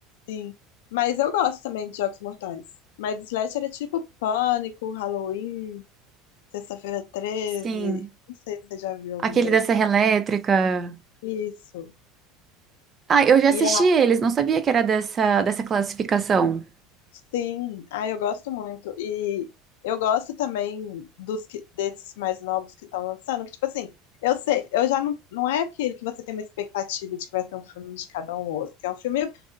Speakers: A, on the left; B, on the right.
A: Sim. Mas eu gosto também de Jogos Mortais. Mas Slash era tipo Pânico, Halloween, Sexta-feira Treze.
B: Sim.
A: Não sei se você já viu algum
B: Aquele
A: desses.
B: da Serra Elétrica.
A: Isso.
B: Ah, eu já
A: E
B: assisti
A: a-
B: eles, não sabia que era dessa, dessa classificação.
A: sim, ah, eu gosto muito. E eu gosto também dos que- desses mais novos que estão lançando, que tipo assim, eu sei, eu já não, não é aquele que você tem uma expectativa de que vai ser um filme de cada um ou outro, que é um filme